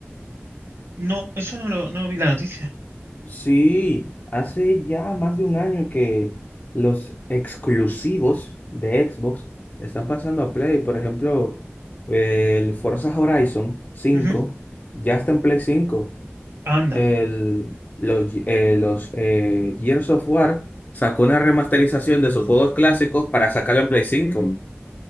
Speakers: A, on the right (about 60°); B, on the left (about 35°).
A: No, eso no lo, no vi la noticia.
B: Sí, hace ya más de un año que los exclusivos de Xbox están pasando a Play. Por ejemplo, el Forza Horizon 5
A: Ujú,
B: ya está en Play 5.
A: Anda,
B: El, los Ge- eh, los eh, Gears of War sacó una remasterización de sus juegos clásicos para sacarlo en Play 5.